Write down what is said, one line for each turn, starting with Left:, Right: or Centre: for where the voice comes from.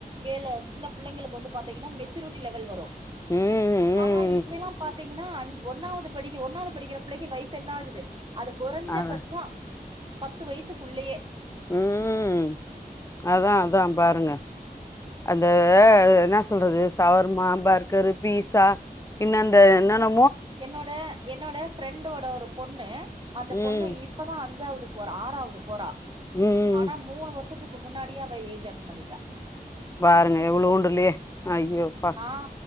Right: கேல சின்ன பிள்ளைங்களுக்கு வந்து பாத்தீங்கன்னா மெச்சூரிட்டி லெவல் வரும்
Left: ம்
Right: ஆனா இப்பேல்லா
Left: ம்
Right: பாத்தீங் தீங்கனா அஞ் ஒன்னாவது படிக்க ஒன்னாவது படிக்கிற புள்ளைக்கி வயசு என்ன ஆகுது அது கொறைஞ்ச
Left: அதா
Right: பட்சோ பத்து வயிசுக்குள்ளேயே
Left: ம் அதா அதா பாருங்க அந்த என்ன சொல்றது சவர்மா பர்கரு பீஸா இன்னந்த என்னன்னா
Right: என்னோட என்னோட ஃப்ரண்டோட ஒரு பொண்ணு அந்த பொண்ணு
Left: ம்
Right: இப்பதா அஞ் சாவது போறா ஆறாவ்துப் போறா
Left: ம்
Right: ஆனா மூணு வருஷத்துக் க்கு முன்னாடியே அவ ஏஜ் அட்டண்ட் பண்ணிட்டா
Left: பாருங்க எவ்ளோண்டுலயே அய்யோ அப்பா
Right: ஆ